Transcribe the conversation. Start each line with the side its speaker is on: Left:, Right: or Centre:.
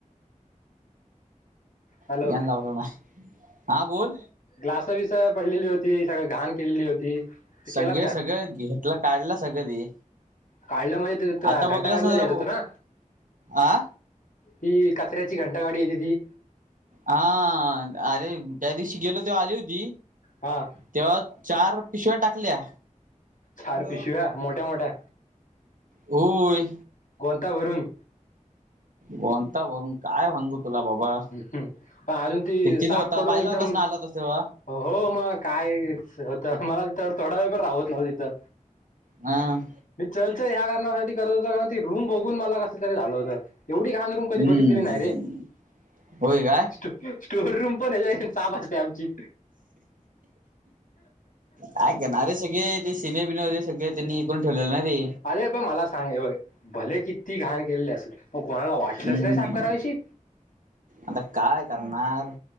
Left: हॅलो
Right: ह् यान लावल ना? हा बोल.
Left: ग्लास बी स पडलेली होती. सगळ घाण केलेली होती. ते
Right: सगळे
Left: केलात काय?
Right: सगळे घेतलं. काढल सगळं ते.
Left: काढलं म्हणजे ते
Right: आता
Left: घंटा
Right: बघलास
Left: गाडीला द्यायच
Right: जरा
Left: होत ना?
Right: आ
Left: ती कचऱ्याची घंटा गाडी येते ती.
Right: आण. अरे त्या दिवशी गेलो तेव्हा आली होती.
Left: हा
Right: तेव्हा चार पिशव्या टाकल्या.
Left: चार
Right: मग?
Left: पिशव्या मोठ्या मोठ्या
Right: होय.
Left: गोंताभरून.
Right: गोंताभरून काय सांगू? तुला बाबा.
Left: पण अजून ती
Right: कितीच
Left: साफ
Right: होता
Left: करून
Right: पाहिला
Left: एकदम
Right: होतास ना? आला होतास तेव्हा?
Left: हो. मग काय होत? मला तर थोडा वेळ पण राहवत नव्हतं तिथं.
Right: हम्म.
Left: मी चर्चा ह्या कारणासाठी करत होतो. कारण ती रूम बघून मला कस तरी झालं होतं. एवढी घाण रूम कधी
Right: हम्म
Left: बघितलेली नाही रे.
Right: होय काय
Left: स्टोर रूम पण याच्यापेक्षा साफ असते आमची.
Right: काय करणार? अरे सगळे ते सिने बिने होते सगळे त्यांनी- <unintelligible> ठेवलेलं ना रे?
Left: अरे पण मला सांग हे बघ. भले किती घाण केलेली असेल पण कोणाला वाटलंच
Right: हम्म
Left: नाही साफ कराविशी?
Right: आता काय करणार?